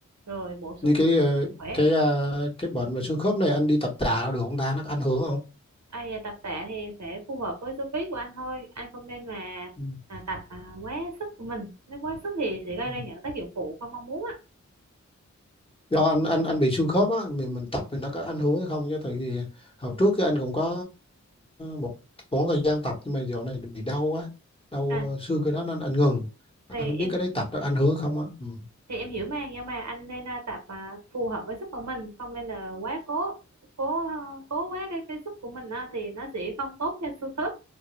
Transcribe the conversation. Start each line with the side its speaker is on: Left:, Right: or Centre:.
Right: rồi bổ
Left: như
Right: sung
Left: cái ờ,
Right: khỏe
Left: cái ờ, cái bệnh về xương khớp này anh đi tập tạ được không ta nó có ảnh hưởng không
Right: À, về tập tạ thì sẽ phù hợp với số ký của anh thôi anh không nên mà
Left: ừ.
Right: à, tập à, quá sức của mình nếu quá sức thì sẽ gây
Left: Ừ.
Right: ra những tác dụng phụ không mong muốn á
Left: do anh anh anh bị xương khớp á mình mình tập thì nó có ảnh hưởng hay không chứ tại vì hồi trước cái anh cũng có một khoảng thời gian tập nhưng mà dạo này bị đau á đau
Right: à,
Left: xương cái đó nên anh ngừng
Right: thì
Left: anh không biết
Right: em
Left: cái đấy tập nó ảnh hưởng hay không á ừ.
Right: thì em hiểu mà nhưng mà anh nên à, tập à, phù hợp với sức của mình không nên là quá cố cố à, cố quá cái cái sức của mình á, thì nó sẽ không tốt cho xương khớp